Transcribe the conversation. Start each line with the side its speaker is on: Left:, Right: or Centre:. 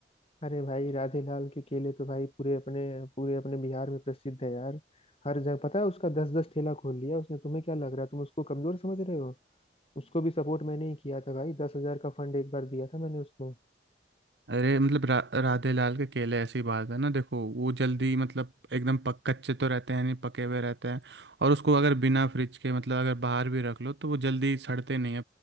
Left: अरे भाई राधे लाल के केले तो भाई पूरे अपने पूरे अपने बिहार में प्रसिद्ध है यार हर जगह पता है उसका दस दस ठेला खोल लिया उसने तुम्हें क्या लग रहा है तुम उसको कमजोर समझ रहे हो उसको भी सपोर्ट मैंने ही किया था भाई दस हजार का फंड एक बार दिया था मैंने उसको
Right: अरे मतलब रा, राधे लाल के केले ऐसी बात है ना देखो वो जल्दी मतलब एकदम पक कच्चे तो रहते हैं नहीं पके हुए रहते हैं और उसको अगर बिना फ्रिज के मतलब अगर बाहर भी रख लो तो वो जल्दी सड़ते नहीं है